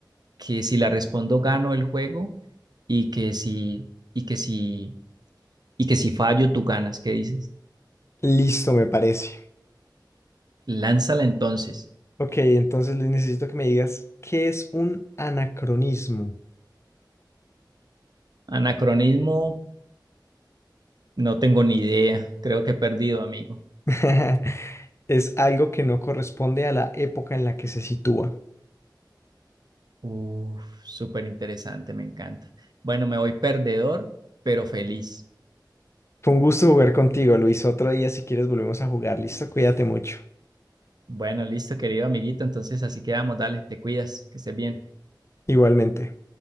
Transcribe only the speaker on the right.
que si la respondo gano el juego y que si, y que si, y que si fallo tú ganas? ¿Qué dices?
Lánzala entonces.
Anacronismo, no tengo ni idea. Creo que he perdido, amigo.
Uf, súper interesante, me encanta. Bueno, me voy perdedor, pero feliz.
Bueno, listo, querido amiguito. Entonces así quedamos. Dale, te cuidas, que estés bien.